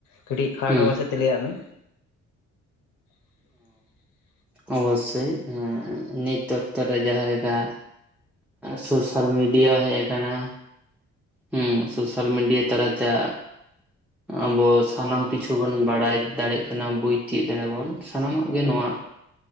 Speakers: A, on the left (about 90°); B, in the centre.
A: ᱠᱟᱹᱴᱤᱡ ᱠᱷᱟᱴᱚ
B: ᱦᱩᱸ
A: ᱢᱟᱪᱷᱟ ᱛᱮ ᱞᱟᱹᱭᱟᱜ ᱢᱮ, <inaudible>
B: ᱚᱵᱚᱥᱚᱭ ᱱᱤᱛ ᱚᱠᱛᱚ ᱨᱮ ᱡᱟᱦᱟᱸ ᱞᱮᱠᱟ ᱥᱚᱥᱟᱞ ᱢᱤᱰᱤᱭᱟ ᱦᱮᱡ ᱟᱠᱟᱱᱟ, ᱦᱩᱸ ᱥᱚᱥᱟᱞ ᱢᱤᱰᱤᱭᱟ ᱛᱟᱞᱟ ᱛᱮ ᱟᱵᱚ ᱥᱟᱱᱟᱢ ᱠᱤᱪᱷᱩ ᱵᱩᱱ ᱵᱟᱲᱟᱭ ᱫᱟᱲᱮᱜ ᱠᱟᱱᱟ ᱵᱩᱡ ᱛᱤᱭᱚᱜ ᱫᱟᱲᱮᱭᱟ ᱵᱚᱱ, ᱥᱟᱱᱟᱢᱟᱜ ᱜᱮ ᱱᱚᱶᱟ